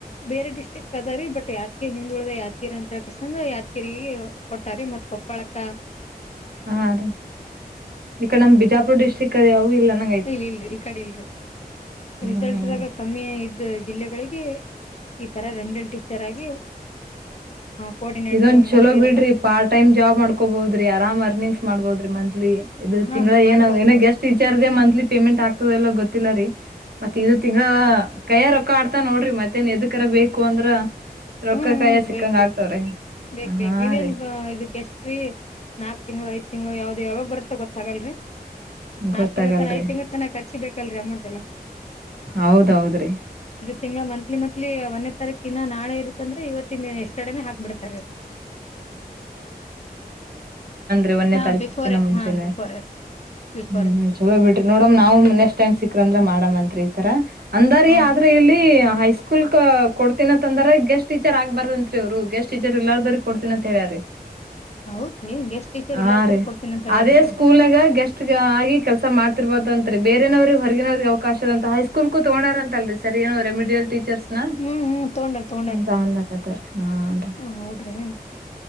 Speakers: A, on the left; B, on the right.
A: ಬೇರೆ ಡಿಸ್ಟ್ರಿಕ್ ಅದರಿ ಬಟ್ ಯಾದಗಿರಿ ಹಿಂದುಳಿದ ಯಾದ್ಗಿರಿ ಅಂತ ಕೇಸಿಂದ ಯಾದ್ಗಿರಿ ಕೊಟ್ಟಾರಿ ಮತ್ ಕೊಪ್ಪಳಕ್
B: ಹಾ ರೀ ಈಕ ನಮ್ ಬಿಜಾಪುರ್ ಡಿಸ್ಟ್ರಿಕ್ ಅದ ಯಾವು ಇಲ್ಲ ನಂಗ
A: ಇಲ್ ಇಲ್ರಿ ಈ ಕಡೆ ಇಲ್ರಿ
B: ಹಾ
A: ರಿಸಲ್ಟ್ದಾಗ
B: ಹಾ
A: ಕಮ್ಮಿ ಇದ ಜಿಲ್ಲೆಗಳಿಗೆ ಈ ತರ ರೆಮಿಡೆಲ್ಟಿಚರ್ ಆಗಿ ಕೋಆರ್ಡಿನೇಟರ್
B: ಇದೊಂದ ಚಲೋ
A: ಮತ್ತೆ ಇರೆಲ್ಲ
B: ಬಿಡ್ರಿ ಪಾರ್ಟ್ ಟೈಮ್ ಜಾಬ್ ಮಾಡ್ಕೋಬೋದ್ರಿ ಆರಾಮ್ ರ್ನಿಂಗ್ಸ್ ಮಾಡ್ಬಹುದುರೀ ಮಂತ್ಲಿ ಇದು
A: ಹಾ
B: ತಿಂಗಳ
A: ಮಾಡ್ಬೋದ್
B: ಏನ ಏನೋ
A: ನೋಡ್ರಿ
B: ಗೆಸ್ಟ್ ವಿಚಾರದ ಮಂತ್ಲಿ ಪೇಮೆಂಟ್ ಆಗ್ತದೀಲ್ಲ ಗೊತ್ತಿ ಲ್ಲ ರೀ ಮತ್ತ ಇದು ತಿಂಗಳ ಕೈಯ್ಯಗ ರೊಕ್ಕ ಆಡ್ತಾ ನೋಡ್ರಿ ಮತ್ತೇನ್ ಎದಕರ ಬೇಕ ಕೂ ಅಂದ್ರ ರೊಕ್ಕ
A: ಹ್ಮ ಹ್ಮ್
B: ಕೈಯ ಸಿಕ್ಕಂಗ
A: ಬೇಕ್ರಿ
B: ಆಗ್ತವ್ರಿ
A: ಬೇಕ್ ಬೇಕ್
B: ಹಾ
A: ಇದೇನ್
B: ರೀ
A: ಇದ ಗೆಸ್ಟ್ರಿ ನಾ ತಿಂಗಳ ಐದ ತಿಂಗಳು ಯಾವ್ದ ಯಾವಾಗ ಬರ್ತೋ ಗೊತ್ತಾಗಲ್ರಿ. ನಾಕ್
B: ಗೊತ್ತಾಗಲ್ರಿ
A: ತಿಂಗಳ ತನ ಐದ್ ತಿಂಗ್ಲ ತನ ಖರ್ಚಿಗ ಬೇಕಲ್ರಿ ಅಮೌಂಟ್ ಎಲ್ಲಾ.
B: ಹೌದೌದ್ರೀ
A: ತಿಂಗಳ ಮಂತ್ಲಿ ಮಂತ್ಲಿ ಒನ್ನೇ ತಾರೀಕಿನ ನಾಳೆ ಇರುತ್ತ ಅಂದ್ರ ಇವತ್ತ ಎಸ್ಟರ್ಡೇ ನೇ ಹಾಕ್ಬ ಬಿಡ್ತಾರ ರಿ.
B: ರಿ ಒನ್ನೇ
A: ಹಾ
B: ತಾರೀಕಿನ್
A: ಬಿಫೋರ್
B: ಮುಂಚೆನೇ
A: ಹಾ ಬಿಫೋರ್ ಬಿಫೋರ್
B: ಹಂ ಹಂ ಚೊಲೋ ಬಿಡ್ರಿ ನೋಡಮ ನಾವು ನೆಕ್ಸ್ಟ್ ಟೈಮ್ ಸಿಕ್ಕರ್ ಅಂದ್ರ ಮಾಡಮ್ ಅಂತ್ ರಿ ಇತರ ಅಂದಾರ್
A: ಹ
B: ರಿ ಇಲ್ಲಿ ಹೈಸ್ಕೂಲ್ ಕ ಕೊಡ್ತಿನ್ ಅಂತ್ ಅಂದಾರ್ ಗೆಸ್ಟ್ ಟೀಚರ್ ಆಗ್ಬಾರದಂತ್ರಿ ಅವ್ರು ಗೆಸ್ಟ್ ಟೀಚರ್ ಇಲ್ಲಾರ್ದೋರಿಗ ಕೊಡ್ತೀನಂತ್ ಹೇಳ್ಯಾರೀ.
A: ಹೌದ್ರಿ ಗೆಸ್ಟ್ ಟೀಚರ್
B: ಹ
A: ಇಲ್ಲಾರ್ದರಿ
B: ರೀ
A: ಕೊಡ್ತೀನ ಅಂತ ಹೇಳ್ಯಾರಿ
B: ಅದೇ ಸ್ಕೂಲ್ನಾಗ ಗೆಸ್ಟ್ ಆಗಿ ಕೆಲ್ಸ ಮಾಡ್ತಿರ್ಬ ತಂತ್ರಿ ಬೇರೆನವರಿಗ್ ಹೊರಗಿನವ್ರಿಗ ಅವಕಾಶದಂತ ಹೈಸ್ಕೂಲ್ಕ ತೊಗೊಂಡಾರ್ ಅಂತ್ ಅಲ್ರಿ ಸರಿ ಏನೋ ರೆಮಿಡಿಯಲ್ ಟೀಚರ್ಸ್ ನಾ
A: ಹ್ಮ್ ಹ್ಮ್ ತೊಂಡಾರ ತೊಂಡಾರಿ
B: ಅಂತ ಅನ್ಲಾಕತ್ತಾರಿ ಹಾನ್ರಿ.
A: ಹ್ಮ ಹೌದ್ರಿ ಹ್ಮ್